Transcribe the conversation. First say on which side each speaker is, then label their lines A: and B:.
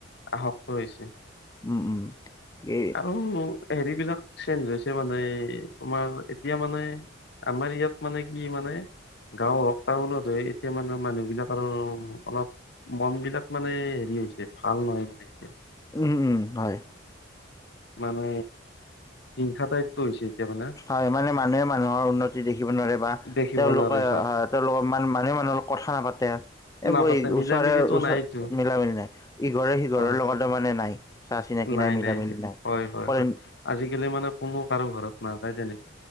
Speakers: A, on the left; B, on the left.
A: আসক্ত হৈছে।
B: উম উম। এই
A: আৰু হেৰিবিলাক চেঞ্জ হৈছে মানে তোমাৰ এতিয়া মানে আমাৰ ইয়াত মানে কি মানে গাঁও হওক টাউনত এতিয়া মানে মানুহ বিলাকৰ অলপ। মন বিলাক মানে হেৰি হৈছে ভাল নহয় মানে এতিয়া
B: উম উম হয়।
A: মানে হিংসা টাইপ টো হৈছে। এতিয়া মানে
B: হয় মানে মানুহে মানুহৰ উন্নতি দেখিব নোৱাৰে বা
A: দেখিব
B: তেওঁলোকে
A: নোৱাৰে
B: হয় তেওঁলোকক ইমান মানুহে মানুহৰ লগত কথা নাপাতে এই
A: নাপাতে
B: বৈ
A: মিলা
B: ওচৰে
A: মিলিতো
B: ওচ
A: নাইতো
B: মিলা মিলি নাই ইঘৰে সিঘৰৰ
A: হয়
B: লগতে মানে নাই চা- চিনাকি
A: নাই
B: মিলা
A: নাই
B: মিলি
A: হয় হয়
B: কৰে
A: হয় আজিকালি মানে কোনো কাৰো ঘৰত নাযায় তেনেক-